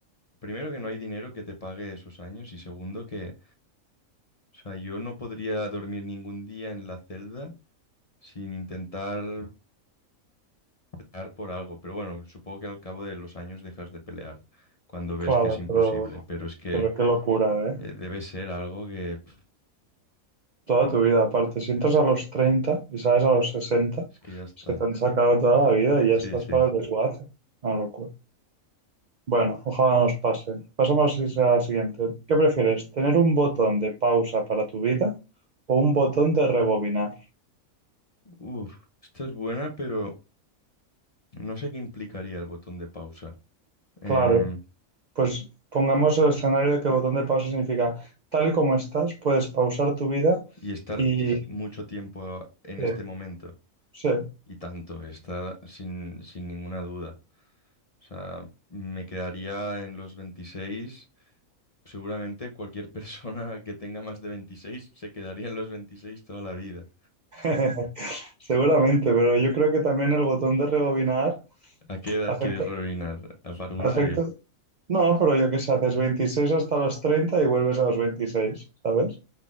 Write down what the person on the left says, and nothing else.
primero, que no hay dinero que te pague esos años y segundo, que, o sea, yo no podría dormir ningún día en la celda sin intentar pelear por algo, pero bueno, supongo que al cabo de los años dejas de pelear cuando ves
que es imposible,
pero es que
eh, debe ser algo que, pf,
es que ya está.
Sí,
sí.
Uf, esta es buena, pero no sé qué implicaría el botón de pausa. Em,
y estar
mucho tiempo en
este momento.
Y tanto, está sin, sin ninguna duda. O sea, me quedaría en los 26. Seguramente cualquier <laughs> persona que tenga más de 26 se quedaría en los 26 toda la vida.
¿A qué edad
quieres rebobinar? ¿A parvulario?